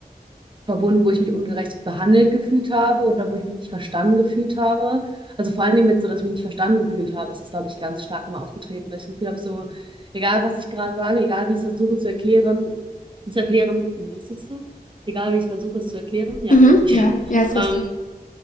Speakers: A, on the right; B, on the left.
A: verbunden, wo ich mich ungerecht behandelt gefühlt habe oder wo ich mich nicht verstanden gefühlt habe. Also vor allen Dingen mit so, dass ich mich nicht verstanden gefühlt habe, ist es, glaube ich, ganz stark mal aufgetreten, dass ich das Gefühl habe, so, egal was ich gerade sage, egal wie ich es versuche zu erklären, zu erklären, ne, ist das so? Egal wie ich versuche es zu erklären, ja,
B: Mhm,
A: ist richtig.
B: ja,
A: <laughs>
B: ja, ist
A: Ähm,
B: richtig.